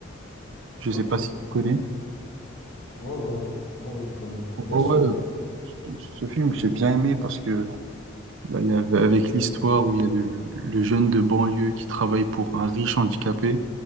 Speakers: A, on the right (about 65°); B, on the left (about 75°).
A: Je
B: Ok.
A: sais pas
B: Ouais,
A: si tu connais.
B: ouais, ouais. Ouais, ouais, je connais.
A: Ouais,
B: Bien sûr.
A: Ce film, j'ai bien aimé parce que bah, il avec l'histoire où il y a le, le- le jeune de banlieue qui travaille pour un riche handicapé,